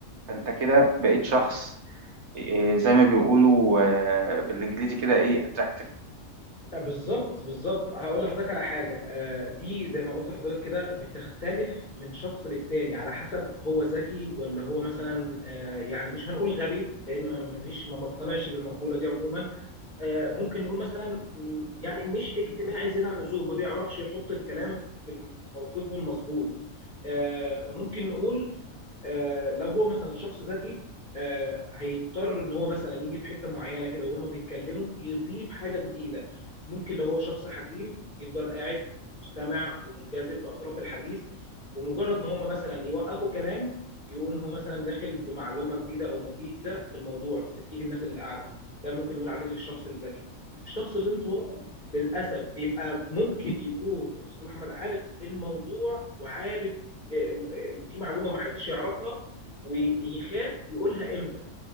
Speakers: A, on the right; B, on the left.
A: فأنت كده بقيت شخص إيه، زي ما بيقولوا آه، بالانجليزي كده ايه اتراكتيف
B: آه، بالظبط بالظبط هقول لحضرتك على حاجه آه، دي زي ما قلت لحضرتك كده بتختلف من شخص للتاني على حسب هو ذكي ولا هو مثلا آه، يعني مش هنقول غبي لان ما ما فيش ما بقتنعش بالمقوله دي عموما آه، ممكن نقول مثلا مم، يعني مش اجتماعي زياده عن اللزوم ما بيعرفش يحط الكلام في موقفه المظبوط آه، ممكن نقول آه، لو هو مثلا شخص ذكي آه، هيضطر ان هو مثلا يجي في حته معينه كده وهما بيتكلموا يضيف حاجه جديده ممكن لو هو شخص حكيم يفضل قاعد مستمع ومنجذب لاطراف الحديث ومجرد ما هما مثلا يوقفوا كلام يقوم هو مثلا داخل بمعلومه جديده او مفيده في الموضوع تفيد الناس اللي قاعده ده ممكن نقول عليه للشخص الذكي الشخص الانطوائي للاسف بيبقى ممكن يكون يا استاذ محمد عارف الموضوع وعارف آه، آه، في معلومه ما حدش يعرفها ويخاف يقولها امتى